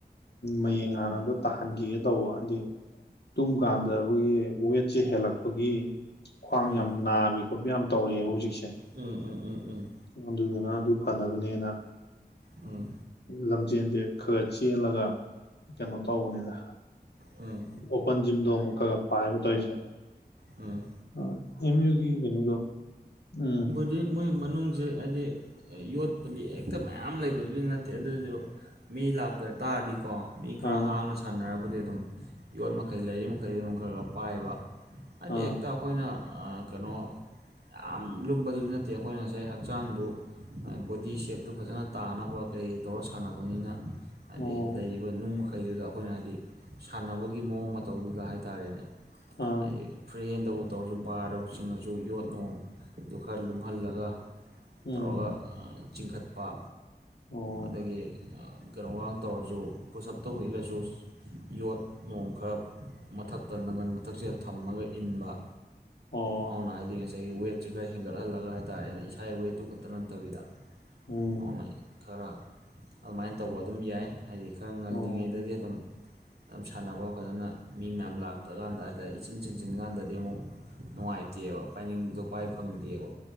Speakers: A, on the left; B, on the right.
A: ꯃꯌꯦꯡ ꯍꯥꯟꯅ ꯑꯝꯇ ꯇꯥꯍꯟꯈꯤꯒꯦ ꯇꯧꯕ ꯍꯥꯏꯗꯤ ꯇꯨꯝ ꯀꯥꯟꯗ ꯑꯩꯈꯣꯏꯒꯤ ꯋꯦꯠꯁꯦ ꯍꯦꯜꯂꯛꯄꯒꯤ ꯈ꯭ꯋꯥꯡ
B: ꯎꯝ
A: ꯌꯥꯝ ꯅꯥꯕꯤ ꯈꯣꯠꯄꯤ ꯌꯥꯝ ꯇꯧꯔꯛꯑꯦꯕ ꯍꯧꯖꯤꯛꯁꯦ
B: ꯎꯝ ꯎꯝ ꯎꯝ ꯎꯝ
A: ꯑꯗꯨꯗꯨꯅ ꯑꯗꯨ ꯐꯅꯕꯅꯦꯅ
B: ꯎꯝ
A: ꯂꯝꯖꯦꯟꯁꯦ ꯈꯔ ꯆꯦꯜꯂꯒ ꯀꯩꯅꯣ ꯇꯧꯕꯅꯤꯅ
B: ꯎꯝ
A: ꯑꯣꯄꯟ ꯖꯤꯝꯗꯣ ꯑꯃꯨꯛꯀꯒ ꯄꯥꯏꯕ ꯇꯧꯁꯤ
B: ꯎꯝ
A: ꯑ ꯑꯦꯝ ꯌꯨꯒꯤ ꯀꯩꯅꯣꯗꯣ ꯎꯝ
B: ꯖꯤꯛ ꯃꯣꯏ ꯃꯅꯨꯡꯁꯦ ꯍꯥꯏꯗꯤ ꯌꯣꯠꯄꯨꯗꯤ ꯍꯦꯛꯇ ꯃꯌꯥꯝ ꯂꯩꯕꯕꯨꯗꯤ ꯅꯠꯇꯦ ꯑꯗꯨꯖꯨ ꯃꯤ ꯂꯥꯛꯇ ꯇꯥꯔꯗꯤꯀꯣ ꯃꯤ ꯈꯔ
A: ꯑꯥ
B: ꯍꯥꯡꯅ ꯁꯥꯟꯅꯔꯕꯗꯤ ꯑꯗꯨꯝ ꯌꯣꯠ ꯃꯈꯩ ꯂꯩꯔꯤ ꯃꯈꯩꯗꯤ ꯑꯗꯨꯝ ꯈꯔ ꯈꯔ ꯄꯥꯏꯕ ꯍꯥꯏꯗꯤ
A: ꯑꯥ
B: ꯍꯦꯛꯇ ꯑꯈꯣꯏꯅ ꯑ ꯀꯩꯅꯣ ꯌꯥꯝ ꯂꯨꯝꯕꯗꯨꯗꯤ ꯅꯠꯇꯦ ꯑꯩꯈꯣꯏꯅ ꯉꯁꯥꯏ ꯍꯛꯆꯥꯡꯗꯨ ꯕꯣꯗꯤ ꯁꯦꯞꯇꯨ ꯐꯖꯅ ꯇꯥꯅꯕ ꯀꯩ ꯇꯧꯔ ꯁꯥꯟꯅꯕꯅꯤꯅ ꯍꯥꯏꯗꯤ
A: ꯑꯣ
B: ꯂꯩꯔꯤꯕ ꯅꯨꯡ ꯃꯈꯩꯗꯨꯗ ꯑꯩꯈꯣꯏꯅ ꯍꯥꯏꯗꯤ ꯁꯥꯟꯅꯕꯒꯤ ꯃꯑꯣꯡ ꯃꯇꯧꯗꯨꯗ ꯍꯥꯏ ꯇꯥꯔꯦꯅꯦ
A: ꯑꯥ
B: ꯍꯥꯏꯗꯤ ꯐ꯭ꯔꯤ ꯍꯦꯟꯗꯕꯨ ꯇꯧꯔꯁꯨ ꯕꯥꯔꯗꯕꯨ ꯆꯤꯡꯉꯁꯨ ꯌꯣꯠꯅꯨꯡꯗꯨ ꯈꯔ ꯂꯨꯝꯍꯜꯂꯒ
A: ꯎꯝ
B: ꯇꯧꯔꯒ ꯆꯤꯡꯈꯠꯄ
A: ꯑꯣ
B: ꯑꯗꯒꯤ ꯀꯩꯅꯣꯒ ꯇꯧꯔꯁꯨ ꯄꯨꯁꯑꯞꯇꯧꯕ ꯏꯜꯂꯁꯨ ꯌꯣꯠ ꯅꯣꯡ ꯈꯔ ꯃꯊꯛꯇ ꯅꯞ ꯇꯛꯁꯦꯗ ꯊꯝꯃꯒ ꯏꯟꯕ
A: ꯑꯣ
B: ꯑꯗꯨꯅ ꯍꯥꯏꯗꯤ ꯉꯁꯥꯏꯒꯤ ꯋꯦꯠꯁꯤꯦ ꯈꯔ ꯍꯦꯟꯒꯠꯍꯜꯂꯒ ꯍꯥꯏꯇꯥꯔꯦꯅꯦ ꯏꯁꯥꯒꯤ ꯋꯦꯠꯇꯨ ꯈꯛꯇ ꯅꯠꯇꯕꯤꯗ
A: ꯎꯝ
B: ꯍꯥꯎꯅ ꯈꯔ ꯑꯗꯨꯃꯥꯏꯅ ꯇꯧꯕ ꯑꯗꯨꯝ ꯌꯥꯏ ꯍꯥꯏꯗꯤ ꯈꯔ ꯉꯜꯂꯤꯉꯩꯗꯗꯤ
A: ꯑꯣ
B: ꯑꯗꯨꯝ ꯑꯗꯨ ꯁꯥꯟꯅꯕ ꯐꯖꯅ ꯃꯤ ꯃꯌꯥꯝ ꯂꯥꯛꯇ ꯀꯥꯟꯗ ꯑꯗ ꯏꯆꯤꯟ ꯆꯤꯡꯁꯤꯟ ꯀꯥꯟꯗꯗꯤ ꯑꯃꯨꯛ ꯅꯨꯡꯉꯥꯏꯇꯦꯕ ꯄꯥꯏꯅꯤꯡꯕꯗꯣ ꯄꯥꯏ ꯐꯪꯗꯦꯕ